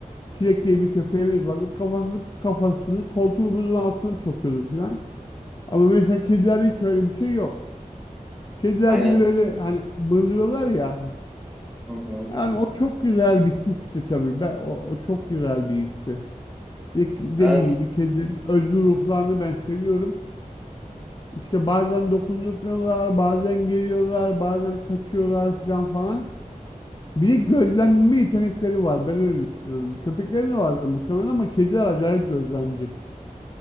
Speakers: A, on the left (about 30°); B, in the centre.
A: Çilek diye bir köpeğimiz vardı. Kafasını, kafasını koltuğumuzun altına sokuyordu filan. Ama mesela kedilerde hiç öyle bir şey yok. Kediler
B: Aynen.
A: bir de böyle hani mırlıyorlar ya.
B: Hı hı.
A: Yani o çok güzel bir histi tabii. Ben, o, o çok güzel bir histi. Bir de Dediğim
B: Evet,
A: gibi kedilerin özgür ruhlarını ben seviyorum. İşte bazen dokundurtmuyorlar, bazen geliyorlar, bazen kaçıyorlar filan falan. Bir de gözlemleme yetenekleri var. Ben öyle düşünüyorum. Köpeklerin de vardı muhtemelen ama kediler acayip gözlemci.